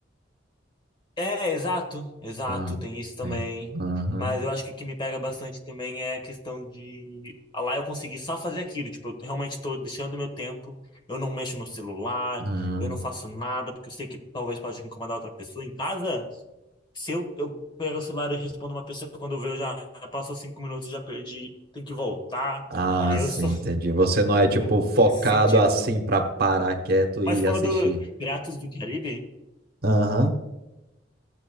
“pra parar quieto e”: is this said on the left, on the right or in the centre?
Right